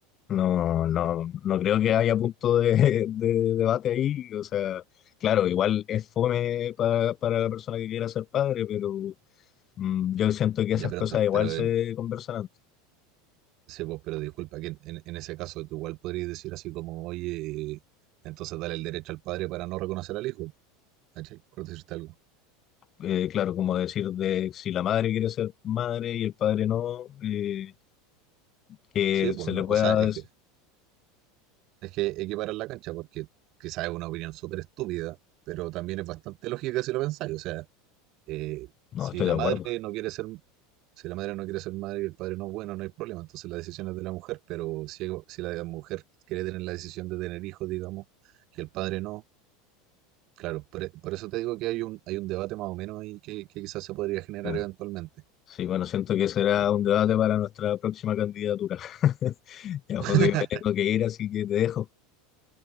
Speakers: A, on the left; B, on the right.
A: no, no, no creo que haya punto de, de debate ahí. O sea, claro, igual es fome para, para la persona que quiera ser padre, pero mm, yo siento que
B: Ya,
A: esas
B: pero,
A: cosas
B: ento-
A: igual
B: pero,
A: se
B: eh,
A: conversan antes.
B: sí, pues, pero disculpa, que en, en- en ese caso tú igual podrías decir así como, oye, eh, entonces dale el derecho al padre para no reconocer al hijo, ¿cachai? Por decirte algo.
A: Eh, claro, como decir de si la madre quiere ser madre y el padre no, eh, que
B: Sí, pues
A: se
B: no,
A: le pueda...
B: o sea, es
A: decir-
B: que, es que equiparar la cancha porque quizás es una opinión súper estúpida, pero también es bastante lógica si lo pensáis. O sea, eh,
A: No,
B: si
A: estoy
B: la
A: de acuerdo.
B: madre no quiere ser, si la madre no quiere ser madre y el padre no, bueno, no hay problema, entonces la decisión es de la mujer, pero si, si la mujer quiere tener la decisión de tener hijos, digamos, y el padre no. Claro, por, e- por eso te digo que hay un, hay un debate más o menos ahí que, que quizás se podría generar
A: claro.
B: eventualmente.
A: Sí, bueno, siento que será
B: Sí.
A: un debate para nuestra próxima candidatura. <laughs> Ya,
B: <laughs>
A: Joaco, me tengo que ir, así que te dejo.